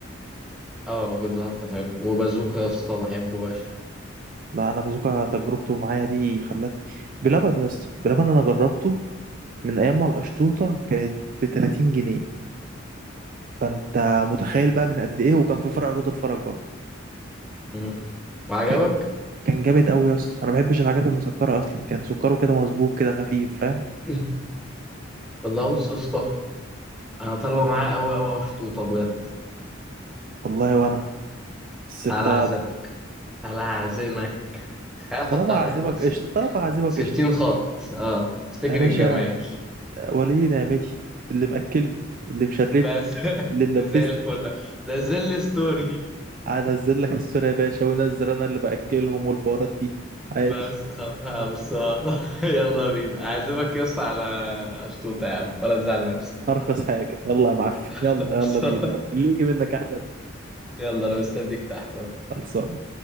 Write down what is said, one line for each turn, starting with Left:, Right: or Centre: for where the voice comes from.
Centre: اه بيتزا هت حلو وبازوكا يا اسطى بحبه فشخ
Right: لا انا بازوكا تجربته معايا دي خلت بلبن يا اسطى بلبن انا جربته من ايام ما القشطوطه كانت ب 30 جنيه فانت متخيل بقى من قد ايه وكان في فرع رود الفرج برضه
Centre: مم. ما عجبك
Right: كان كان جامد قوي يا اسطى انا ما بحبش الحاجات المسكره اصلا كان سكره كده مظبوط كده خفيف فاهم
Centre: <clears throat> والله بص يا اسطى انا طالبه معاه قوي قوي اشطوطه بجد
Right: والله وانا بس
Centre: تعالى
Right: انت
Centre: اعزمك تعالى اعزمك هحطها
Right: طالما هعزمك
Centre: تحت ست...
Right: قشطه طالما هعزمك
Centre: 60
Right: قشطه
Centre: خط اه افتكر
Right: يا باشا
Centre: الجمايل
Right: ولي نعمتي اللي مأكلني اللي مشربني
Centre: بس <laughs>
Right: اللي ملبسني
Centre: زي الفل ده زي الستوري
Right: قاعد انزل لك الصوره يا باشا وانزل انا اللي باكلهم والحوارات دي
Centre: <laughs>
Right: عادي
Centre: بس خلاص <laughs> يلا بينا اعزمك يا اسطى على اشطوطه يا عم ولا تزعل نفسك
Right: ارخص حاجه يلا يا معفن
Centre: <laughs>
Right: يلا يلا بينا اللي يجي منك احسن
Centre: يلا انا مستنيك تحت
Right: خلصان